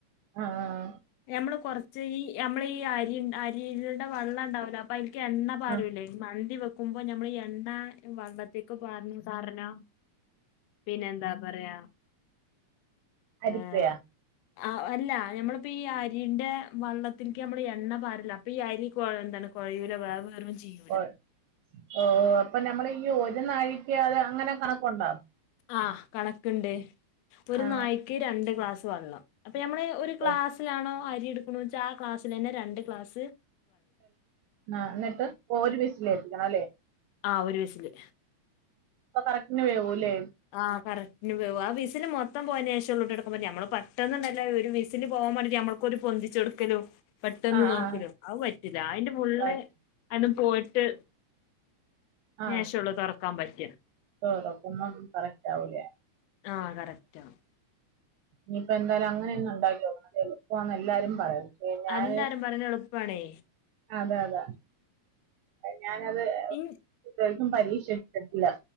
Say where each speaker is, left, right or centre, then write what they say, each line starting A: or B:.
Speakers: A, on the right; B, on the left.
A: ആഹ്
B: നമ്മള് കോർച്ച് ഈ നമ്മള് ഈ അരി അരിയിൽടെ വെള്ളം ഇണ്ടാവൂല അപ്പൊ അതിക്ക് എണ്ണ പാരുലെ
A: ആ
B: മന്തി വെക്കുമ്പോ നമ്മള് എണ്ണ വെള്ളത്തേക്ക് പാരന്നു <unintelligible> പിന്നെ എന്താ പറയാ
A: അരിപ്പയാ
B: ഏഹ് ആഹ് അല്ല നമ്മളിപ്പ ഈ അരിന്റെ വെള്ളത്ത്ക്ക് നമ്മള് എണ്ണ പാര്ല്ല അപ്പൊ ഈ അരി കോയന്താണ് കോയൂല <unintelligible>
A: ഓ ഓ അപ്പ നമ്മള് ഈ ഒരു നാഴിക്ക് അത് അങ്ങനെ കണക്കുണ്ടാ
B: ആഹ് കണക്ക്ണ്ട് ഒരു
A: ആ
B: നായ്ക്ക് രണ്ട് ക്ലാസ് വെള്ളം അപ്പൊ ഞമ്മള് ഒരു ക്ലാസിലാണോ
A: ഓ
B: അരി ഇട്ക്ണ വെച്ചാ ആഹ് ക്ലാസ്സ് തന്നെ രണ്ട് ക്ലാസ്
A: ല ഇന്നട്ട് ഒര് വിസില് അടിക്കണം അല്ലേ
B: ആഹ് ഒരു വിസില്
A: അപ്പം കറക്റ്റ്ന് വേവൂലെ
B: ആഹ് കറക്റ്റ്ന് വേവും ആഹ് വിസില് മൊത്തം പോയെന് ശേഷം ഉള്ളോട്ട് എട്ക്ക പറ്റ നമ്മള് പെട്ടന്ന് ഇണ്ടല്ലോ ഒരു വിസില് പോവാൻ വാണ്ടി ഞമ്മൾ ഒരു പൊന്തിച്ച്‌ കൊടുക്കലും പെട്ടെന്ന്
A: ആ
B: നോക്കലും
A: ആ
B: അഹ് പറ്റില്ല അയ്ന്റെ ഫുള്ള്
A: ബാറ്റ്
B: അതും പോയിട്ട്
A: ആ
B: ശേഷോള്ളൂ തോറക്കാൻ പറ്റ
A: <unintelligible> കറക്റ്റ് ആവൂല
B: ആഹ് കറക്റ്റാവും
A: ഇഞ്പ്പൊ എന്തായാലും അങ്ങനെന്നും ഇണ്ടാ‌ക്കി നോക്കണം അത് എളുപ്പാന്ന് എല്ലാരും പറയും പക്ഷേ ഞാൻ
B: അല്ലാരും പറഞ് എളുപ്പണേ
A: അതെ അതെ ഞാനത്
B: ഇൻ
A: ഇപ്രാവശ്യം പരീക്ഷ കേട്ടില്ല